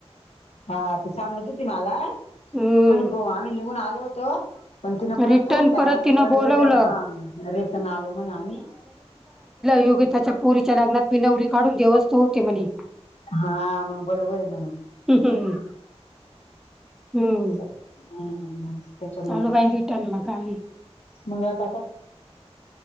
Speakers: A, on the left (about 70°); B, in the centre.
A: हा, ते सांगत होती मला
B: हम्म
A: म्हण आम्ही निघून आलो होतो. पण तिन परत
B: रिटर्न
A: फोन केला, म्हण
B: तिनं
A: परत
B: बोलवलं
A: रिटर्न हा रिटन आलो म्हणा आम्ही
B: योगीताच्या पोरीच्या लग्नात मी नवरी काढून देवस्तो होते म्हणे.
A: हा मग बरोबर आहे ना मग
B: हम्म हम्म
A: <inaudible> <unintelligible> <inaudible> त्याच्या मुंळ,
B: आलो बाई रिटर्न मग आम्ही.
A: मग आता काय